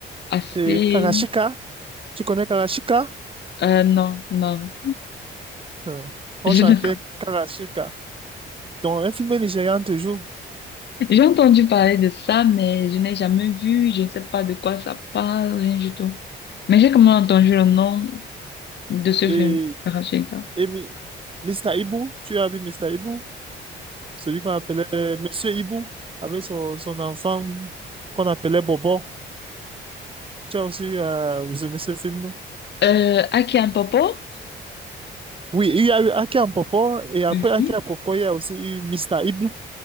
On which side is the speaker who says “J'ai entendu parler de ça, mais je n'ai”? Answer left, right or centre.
Left